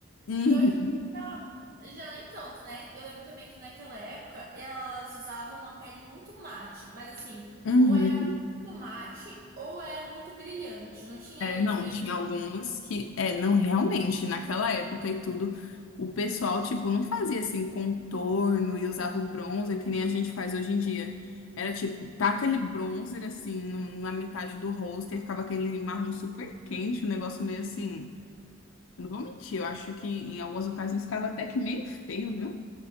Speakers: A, on the left; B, on the right.
A: Uhum.
B: E hoje em dia já nem tanto, né? Eu lembro também que naquela época elas usavam uma pele muito mate, mas assim,
A: Uhum.
B: ou tomate ou era muito brilhante. Não tinha
A: É,
B: ali
A: não,
B: um meio.
A: tinha algumas que, é, não, realmente, naquela época e tudo, o pessoal, tipo, não fazia assim contorno e usava o bronzer que nem a gente faz hoje em dia. Era tipo, taca ali bronzer assim no- na metade do rosto e ficava aquele marrom super quente, um negócio meio assim. Eu não vou mentir, eu acho que em algumas ocasiões ficava até que meio feio, viu?